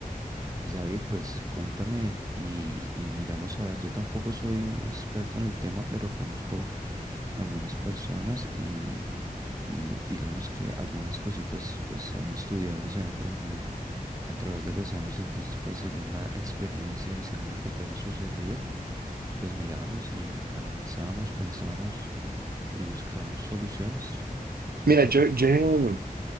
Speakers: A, on the right; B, on the right.
A: Pues David, pues cuéntame y, y miramos a ver, yo tampoco soy un experto en el tema, pero conozco algunas personas y, y digamos que algunas cositas pues se han estudiado y se han aprendido a través de los años, entonces pues según la experiencia y según lo que te haya sucedido, pues miramos y analizamos, pensamos y buscamos soluciones.
B: Mira, yo, yo